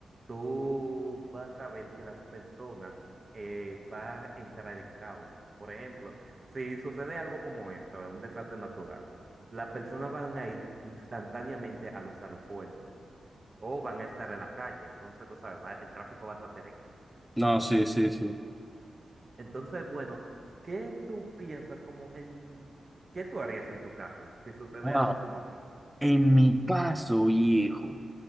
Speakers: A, on the right; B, in the centre.
A: tú vas a ver que las personas eh, van a entrar en caos. Por ejemplo, si sucede algo como esto, un desastre natural, las personas van a ir instantáneamente a los aeropuertos o van a estar en la calle. Entonces, tú sabes, va- el tráfico va a estar terrible.
B: No, sí, sí, sí.
A: Entonces, bueno, ¿qué tú piensas como en qué tú harías en tu caso si sucede
B: Wow.
A: algo como así?
B: En mi caso, viejo,